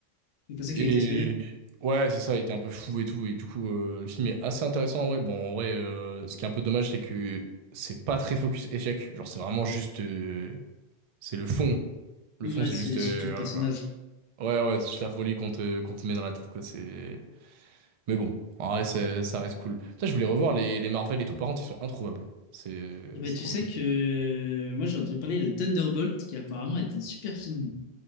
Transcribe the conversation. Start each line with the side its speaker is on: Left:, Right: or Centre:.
Left: Il pensait
Right: Et
Left: qu'il était espionné.
Right: ouais, c'est ça, il était un peu fou et tout. Et du coup, euh, le film est assez intéressant en vrai. Bon, en vrai, euh, ce qui est un peu dommage, c'est que c'est pas très focus échec. Genre, c'est vraiment juste. euh, c'est le fond. Le
Left: Ouais,
Right: fond, c'est
Left: c'est
Right: juste. euh,
Left: surtout le
Right: voilà
Left: personnage.
Right: quoi. Ouais, ouais, c'est juste la folie qu'on te, qu'on te met dans la tête quoi. C'est. Mais bon, en vrai, c'est- ça reste cool. Putain, je voulais revoir les, les Marvel et tout. Par contre, ils sont introuvables. C'est
Left: Et ben
Right: c'est
Left: tu
Right: trop.
Left: sais que... Moi, j'ai entendu parler de Thunderbolt, qui apparemment est un super film.